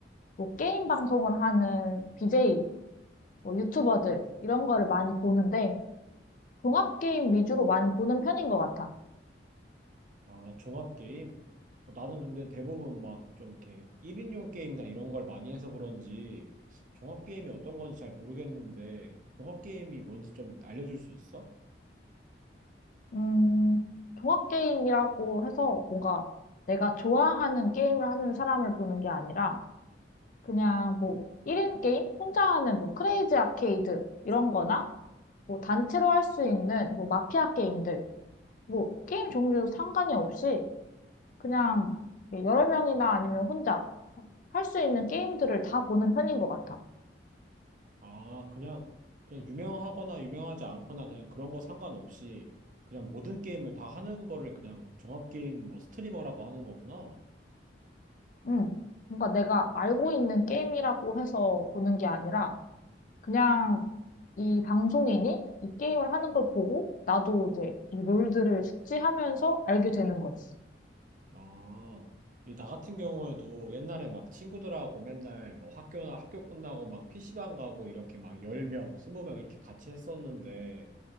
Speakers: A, on the left; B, on the right.
A: 뭐 게임 방송을 하는 BJ, 뭐 유튜버들 이런 거를 많이 보는데 종합 게임 위주로 많이 보는 편인 것 같아.
B: 아, 종합 게임? 어, 나는 근데 대부분 막 좀 이렇게 1인용 게임이나 이런 걸 많이 해서 그런지 종합 게임이 어떤 건지 잘 모르겠는데 종합 게임이 뭔지 좀 알려줄 수 있어?
A: 음, 종합 게임이라고 해서 뭔가 내가 좋아하는 게임을 하는 사람을 보는 게 아니라 그냥 뭐 1인 게임? 혼자 하는 뭐 크레이지 아케이드 이런 거나 뭐 단체로 할 수 있는 뭐 마피아 게임들, 뭐 게임 종류 상관이 없이 그냥 여러 명이나 아니면 혼자 할 수 있는 게임들을 다 보는 편인 것 같아.
B: 아, 그냥 그냥 유명하거나 유명하지 않거나 그냥 그런 거 상관없이 그냥 모든 게임을 다 하는 거를 그냥 종합 게임 뭐 스트리머라고 하는 거구나.
A: 응. 뭔가 내가 알고 있는 게임이라고 해서 보는 게 아니라 그냥 이 방송인이 이 게임을 하는 걸 보고 나도 이제 이 룰들을 숙지하면서 알게 되는 거지.
B: 아, 이 나 같은 경우에도 옛날에 막 친구들하고 맨날 뭐 학교나 학교 끝나고 막 PC방 가고 이렇게 막 10명, 20명 이렇게 같이 했었는데